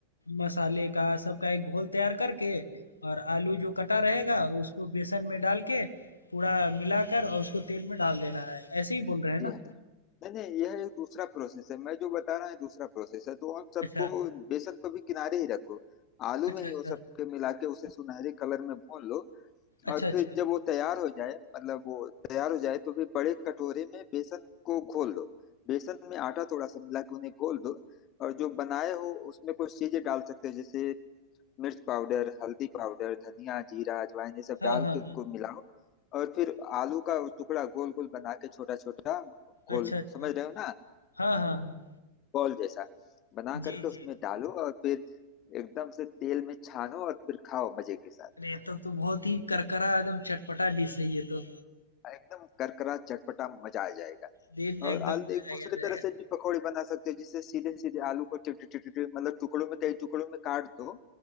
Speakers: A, on the left; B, on the left.
A: मसाले का सबका एक घोल तैयार करके और आलू जो कटा रहेगा उसको बेसन में डाल के पूरा मिलाकर और उसको तेल में डाल देना है ऐसे ही बोल रहे हैं ना
B: जी हाँ जी नहीं नहीं यह एक दूसरा प्रोसेस है मैं जो बता रहा है दूसरा प्रोसेस है तो आप सबको
A: अच्छा
B: बेसन को भी किनारे ही रखो आलू
A: अच्छा
B: में ही
A: अच्छा
B: वो सब के मिला के उसे सुनहरे कलर में भून लो
A: अच्छा
B: और
A: अच्छा
B: फिर जब वो तैयार हो जाए मतलब वो तैयार हो जाए तो फिर बड़े कटोरे में बेसन को घोल लो बेसन में आटा थोड़ा सा मिला के उन्हें घोल दो और जो बनाए हो उसमें कुछ चीजें डाल सकते हो जैसे मिर्च पाउडर हल्दी पाउडर धनिया जीरा अजवाइन ये सब
A: हाँ
B: डाल
A: हाँ
B: के उसको
A: हाँ
B: मिलाओ और फिर आलू का वो टुकड़ा गोल गोल बना के छोटा छोटा गोल
A: अच्छा अच्छा
B: समझ रहे हो ना
A: हाँ हाँ हाँ
B: बॉल जैसा बना
A: जी
B: करके उसमें
A: जी
B: डालो और फिर एकदम से तेल में छानो और फिर खाओ मजे के साथ
A: अरे तब तो तो बहुत ही करकरा एकदम चटपटा डिश है ये तो
B: एकदम करकरा चटपटा मजा आ जाएगा
A: दिन में
B: और
A: एकदम
B: आलू
A: मजा
B: एक
A: ही
B: दूसरे
A: आ जाएगा
B: तरह से भी पकौड़े बना सकते हो जिससे सीधे सीधे आलू को टिट टिट टिट मतलब टुकड़ों में कई टुकड़ों में काट दो